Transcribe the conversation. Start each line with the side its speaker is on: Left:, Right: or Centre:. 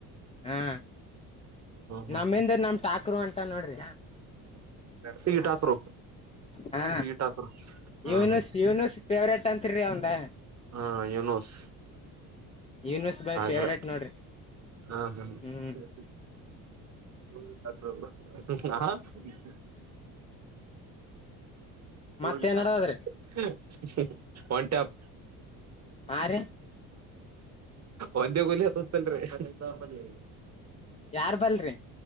Left: ಹಾ
Right: ಹಾ
Left: ನಮ್ಮಿಂದ ನಮ್ ಠಾಕರು ಅಂಟ ನೋಡ್ರಿ
Right: ಸಿಾಕರು
Left: ಹ
Right: ಸಿ ಾಕೂ ಹಾ
Left: ಯೂನುಸ್
Right: ಹಾ
Left: ಯೂನುಸ್ ಫೇವ್ರೇಟ್ ಅಂತ್ರಿ ಅವಂದ
Right: ಹಾ ಯುನೂಸ್
Left: ಯೂನುಸ್ ಬೈ ಫೇವ್ರೇಟ್
Right: ಕ್ರ
Left: ನೋಡ್ರಿ
Right: ಹಾ ಹ
Left: ಹ್ಮ್
Right: <unintelligible> <unintelligible> ತೋಲ್ದ
Left: ಮತ್ತೇನ್ ನಡದದ್ರಿ
Right: <unintelligible> ಒನ್ಟ್ಯಾಪ್
Left: ಆರ
Right: ಒಂದೇ ಗುಲಿ ಹತತಲ್ರಿಿ
Left: ಯಾರ್ ಬಲ್ರಿ